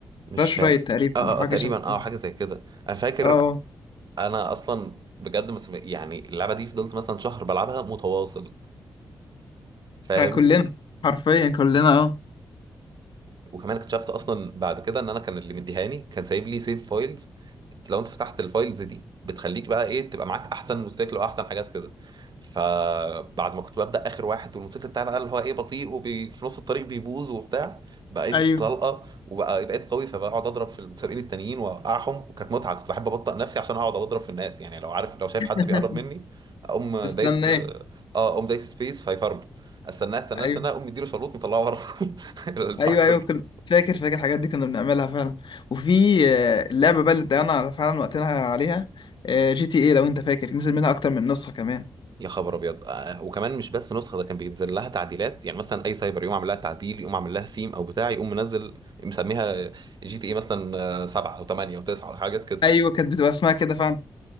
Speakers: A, on the right; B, on the left.
A: مش
B: راش
A: فاكر
B: رايت تقريبا
A: اه اه
B: او حاجه
A: آه، تقريبا
B: شبه
A: اه
B: كده
A: حاجه زي كده انا فاكر
B: اه
A: انا اصلا بجد مس- يعني اللعبه دي فضلت مثلا شهر بلعبها متواصل فاهم
B: ها كلنا حرفيا كلنا اه
A: وكمان اكتشفت اصلا بعد كده ان انا كان اللي مديهاني كان سايب لي سيف فايلز لو انت فتحت الفايلز دي بتخليك بقى ايه تبقى معاك احسن موتوسيكل واحسن حاجات كده فبعد ما كنت ببدا اخر واحد والموتوسيكل بتاعي بقى اللي هو ايه بطيء وفي نص الطريق بيبوظ وبتاع بقيت
B: ايوه
A: طلقه وبقى بقيت قوي فبقعد اضرب في المتسابقين التانيين واوقعهم وكانت متعه كنت بحب ابطئ نفسي عشان اقعد اضرب في الناس يعني لو عارف لو شايف
B: <laughs>
A: حد بيقرب مني اقوم دايس
B: تستنى ايه
A: اه اقوم دايس سبيس فيفرمل استناه استناه
B: ايوه
A: استناه اقوم مديله شلوط مطلعه بره <laughs> البتاع
B: ايوه
A: كله
B: ايوه كل... فاكر فاكر الحاجات دي كنا بنعملها فعلا وفي آه، اللعبه بقى اللي ضيعنا على- فعلا وقتنا عليها آه، جي تي ايه لو انت فاكر نزل منها اكتر من نسخه كمان
A: يا خبر ابيض آه، وكمان مش بس نسخه ده كان بينزل لها تعديلات يعني مثلا اي سايبر يقوم عامل لها تعديل يقوم عامل لها ثيم او بتاع يقوم منزل مسميها جي تي اي مثلا آه، سبعة او ثمانية او تسعة او حاجات كده
B: ايوه كانت بتبقى اسمها كده فعلا